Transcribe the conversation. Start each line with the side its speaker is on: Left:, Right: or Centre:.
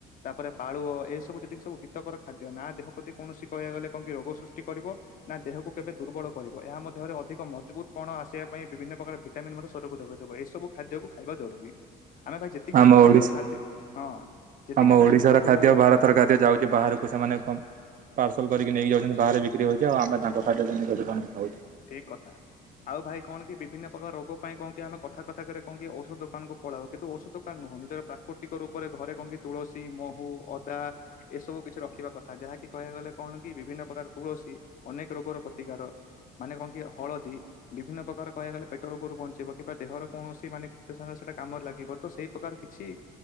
Left: ତାପରେ ପାଳୁଅ ଏସବୁ ଯେତିକି ସବୁ ହିତକର ଖାଦ୍ୟ ନା ଦେହ ପ୍ରତି କୌଣସି କହିବାକୁ ଗଲେ କଣକି ରୋଗ ସୃଷ୍ଟି କରିବ। ନା ଦେହକୁ କେବେ ଦୁର୍ବଳ କରିବ ଏହା ମଧ୍ୟରେ ଅଧିକ ମଜବୁତ୍ ପଣ ଆସିବା ପାଇଁ ବିଭିନ୍ନ ପ୍ରକାର ଭି ଭିଟାମିନ ମଧ୍ୟ ଶରୀରକୁ ଯୋଗାଇଦବ ଏ ସବୁ ଖାଦ୍ୟକୁ ଖାଇବା ଜରୁରୀ। ଆମେ ଭାଇ ଯେତିକି
Right: ଆମ
Left: ସୁସ୍ଥ
Right: ଓଡିଶା
Left: କର ଖାଦ୍ୟ ହଁ। ଯେତିକି
Right: ଆମ
Left: ଆମେ
Right: ଓଡିଶାର
Left: ସୁସ୍ଥକର
Right: ଖାଦ୍ୟ ଭାରତର
Left: ହଁ
Right: ଖାଦ୍ୟ ଯାଉଛି ବାହାରକୁ ସେମାନେ କଣ ପାର୍ସଲ କରିକି ନେଇକ ଯାଉଛନ୍ତି ଵାହାରେ ବିକ୍ରି ହଉଛି ଆମ ତାଙ୍କ ଖାଦ୍ୟ କେମିତି କଣ ଖାଉଛେ।
Left: ଠିକ କଥା ଆଉ ଭାଇ କଣ କି ବିଭିନ୍ନ ପ୍ରକାର ରୋଗ ପାଇଁ କଣ କି ଆମେ କଥା କଥା କରେ କଣ କି ଔଷଧ ଦୋକାନକୁ ପଳାଉ କିନ୍ତୁ ଔଷଧ ଦୋକାନ ନୁହଁ ନିଜର ପ୍ରାକୃତିକ ରୂପରେ ଘରେ କଣକି ତୁଳସୀ ମହୁ ଅଦା ଏସବୁ କିଛି ରଖିବା କଥା ଯାହାକି କହିବା ଗଲେ କଣ କି ବିଭିନ୍ନ ପ୍ରକାର ତୁଳସୀ ଅନେକ ରୋଗର ପ୍ରତିକାର ମାନେ କଣ କି ହଳଦୀ ବିଭିନ୍ନ ପ୍ରକାର କହିବାକୁଗଲେ ପେଟ ରୋଗରୁ ବଞ୍ଚେଇବ। କିମ୍ବା ଦେହର କୌଣସି ମାନେ କ୍ଷତ ସାର ସେଇଟା କାମରେ ଲାଗିବ ତ ସେଇ ପ୍ରକାର କିଛି